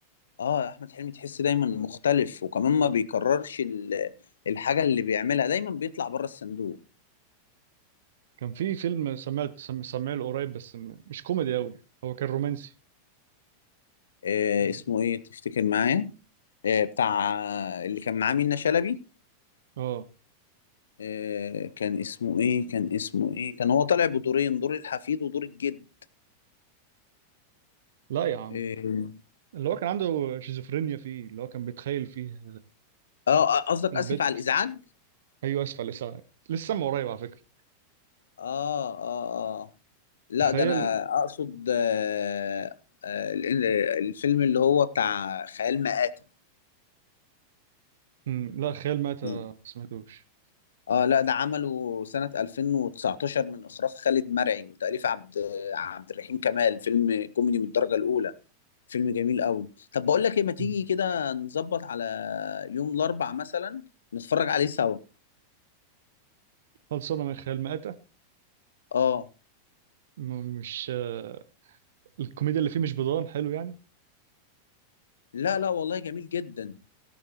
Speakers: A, on the left; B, on the right.
A: اه احمد حلمي تحس دايما مختلف وكمان ما بيكررش ال- الحاجه اللي بيعملها دايما بيطلع بره الصندوق
B: كان في فيلم سمعت سم- سمعه له قريب بس م- مش كوميدي قوي هو كان رومانسي
A: آه
B: اه
A: اسمه ايه تفتكر معايا آه بتاع اللي كان معاه منة شلبي
B: آه.
A: آه كان اسمه ايه كان اسمه ايه كان هو طالع بدورين دور الحفيد ودور الجد
B: لا يا عم
A: اه
B: اللي هو كان عنده شيزوفرينيا فيه اللي هو كان بيتخيل فيها
A: آه، قصدك
B: البت
A: اسف على الازعاج
B: ايوه اسف على الازعاج لسه من قريب على فكرة
A: اه اه اه لا
B: تخيل
A: ده انا اقصد آه آه ال- الفيلم اللي هو بتاع خيال مآتة
B: مم. لا خيال مآتة
A: مم.
B: ما سمعتوش
A: اه لا ده عمله سنة 2019 من اخراج خالد مرعي وتأليف عبد عبد الرحيم كمال فيلم كوميدي من الدرجة الاولى فيلم جميل قوي طب بقول لك ايه ما تيجي
B: مم.
A: كده نظبط على يوم الاربع مثلا نتفرج عليه سوا
B: خلصانة من خيال مآتة
A: اه
B: م- مش آه، الكوميديا اللي فيه مش بضان حلو يعني,
A: لا لا والله جميل جدا